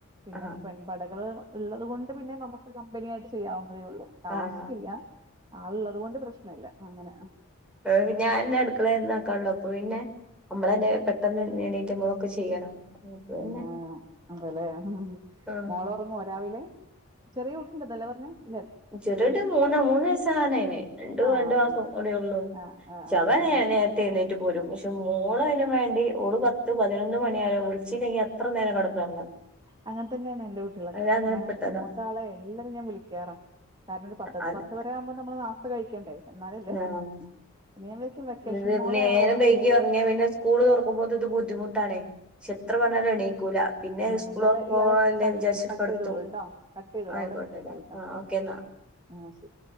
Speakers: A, on the right; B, in the centre.
A: പിന്നെ
B: ആഹ്
A: പെ പടകൾ ഉള്ളത് കൊണ്ട് പിന്നെ നമുക്ക് കമ്പനി ആയിട്ട് ചെയ്യാവുന്നതേ ഉള്ളൂ ടാസ്ക്
B: ആഹ്
A: ഇല്ല അത്‌ ഉള്ളത് കൊണ്ട് പ്രശ്നം ഇല്ല അങ്ങനെ
B: ഏഹ് ഞാൻ ഇന്റെ അടുക്കളെന്ന് ആക്കൊള്ളു അപ്പൊ പിന്നെ നമ്മളന്നെ പെട്ടെന്ന് എണീട്ട് നമ്മളൊക്കെ ചെയ്യണം അപ്പൊ പിന്നെ
A: ഉം ആഹ് അതേലെ
B: ആഹ്
A: മോള് ഉറങ്ങോ രാവിലെ ചെറിയ കുട്ടി ഇണ്ട്ന്നല്ലേ പറഞ്ഞേ ഇല്ല
B: ചെറിയുട്ടി മൂന്നോ മൂന്ന് വയസ്സ് ആവാനായിണ് രണ്ട്
A: ആഹ്
B: രണ്ടു
A: അതേല്ലേ
B: മാസം കൂടി ഉള്ളൂ
A: ആഹ് ആഹ്
B: ശവനന
A: ആഹ് അത്
B: ത്ത്ന്നേറ്റ് പോരും പക്ഷെ മോള് അയിനും വേണ്ടി ഓള് പത്ത് പതിനൊന്ന് മണിയായ വിളിച്ചില്ലെങ്കിൽ എത്ര നേരം കെടന്നൊറങ്ങും
A: അങ്ങനെ തന്നെയാണ് എന്റെ കുട്ട്യാളൊക്കെ
B: അത് അങ്ങനെപ്പെട്ടതാ
A: ഞാൻ മൂത്ത ആളെ എല്ലാരും ഞാൻ വിളിക്കാറാ കാരണം ഒരു പത്ത്
B: അത്
A: പത്തരെ ആവുമ്പോ നമ്മള് നാസ്ത കഴിക്കെണ്ടേ എന്നാലല്ലേ
B: ആഹ്
A: ഇനി ആമ്പളേക്കും വെക്കേഷൻ
B: ഇത്
A: മോഡ
B: നേരം
A: ആവ
B: വൈകി
A: ല്ലേ
B: ഒറങ്ങിയ പിന്നെ സ്കൂള് തുറക്കുമ്പോൾ ഇത് ബുദ്ധിമുട്ടാണ് പക്ഷെ എത്ര പറഞ്ഞാലും എണീക്കൂല പിന്നെ
A: ആ
B: സ്കൂള്
A: ഇയാള്
B: തൊറക്കോളല്ലേ
A: ഇയാള് ക
B: വിചാരിച്ചിട്ട്
A: കട്ട്
B: കെടത്തും
A: ചെയ്തോളൂട്ടോ കട്ട് ചെയ്തോളു
B: ആയിക്കോട്ടെ
A: അവിടെ കട്ട് ചെയ്തോളൂട്ടോ
B: എന്നാ ആ ഓക്കെ എന്നാ
A: ആ ശരി